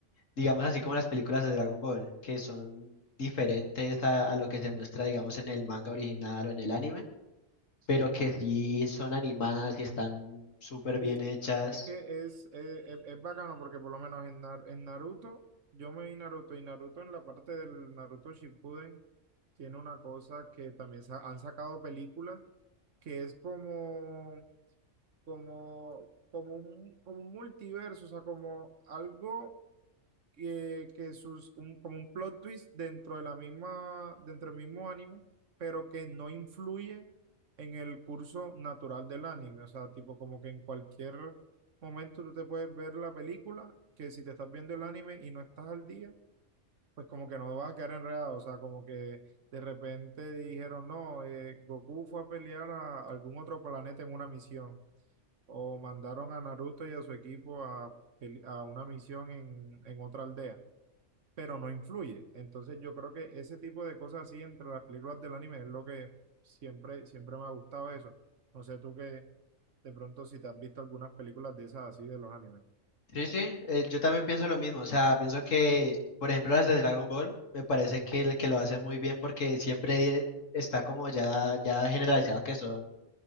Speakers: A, on the left; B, on the right.
A: digamos así como las películas de Dragon Ball, que son diferentes a, a lo que se muestra, digamos, en el manga original o en el anime,
B: Sí,
A: pero que sí son animadas y están súper
B: sí.
A: bien hechas.
B: Es que es, eh, es, es bacano porque por lo menos en, Nar- en Naruto, yo me vi Naruto y Naruto en la parte del Naruto Shippuden tiene una cosa que también sa- han sacado películas que es como, como, como un, como un multiverso, o sea, como algo que, que sus, un- como un plot twist dentro de la misma, dentro del mismo anime, pero que no influye en el curso natural del anime. O sea, tipo como que en cualquier momento tú te puedes ver la película, que si te estás viendo el anime y no estás al día, pues como que no vas a quedar enredado. O sea, como que de repente dijeron, no, eh, Goku fue a pelear a algún otro planeta en una misión. O mandaron a Naruto y a su equipo a, pel- a una misión en, en otra aldea pero no influye. Entonces yo creo que ese tipo de cosas así entre las películas del anime es lo que siempre, siempre me ha gustado eso. No sé tú que de pronto si te has visto algunas películas de esas así de los animes.
A: Sí, sí, eh, yo también pienso lo mismo, o sea, pienso que, por ejemplo, las de Dragon Ball, me parece que, el que lo hace muy bien porque siempre está como ya, ya generalizado que son